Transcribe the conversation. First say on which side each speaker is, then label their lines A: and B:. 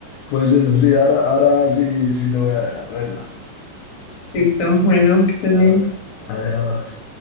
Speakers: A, on the left; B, on the left.
A: pues eso sí, ahora, ahora sí, sí te voy a dejar, venga.
B: Listo, bueno, que estés
A: Hala,
B: bien.
A: Adiós.